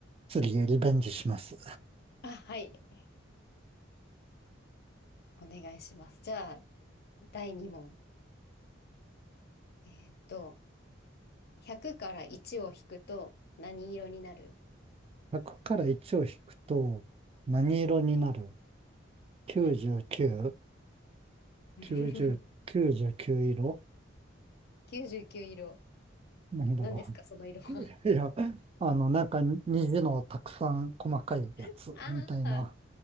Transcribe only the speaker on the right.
次へリベンジします。
1 0から1を引くと、何色になる
?99、
90、99色
何だろ
う。<laughs> いや、あの、なんか虹のたくさん細かいやつみたいな、